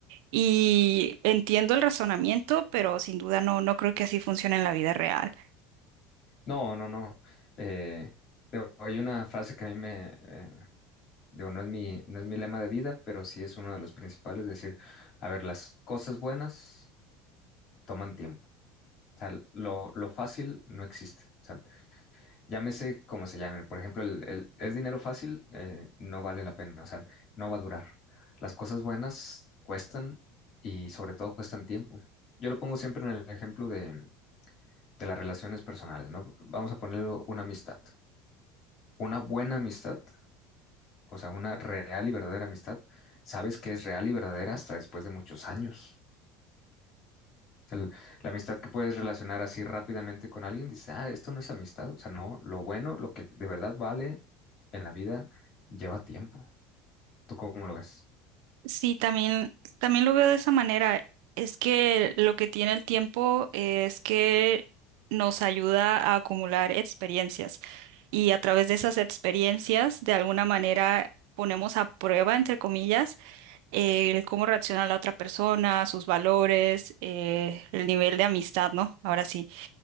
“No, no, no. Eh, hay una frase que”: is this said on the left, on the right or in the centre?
Left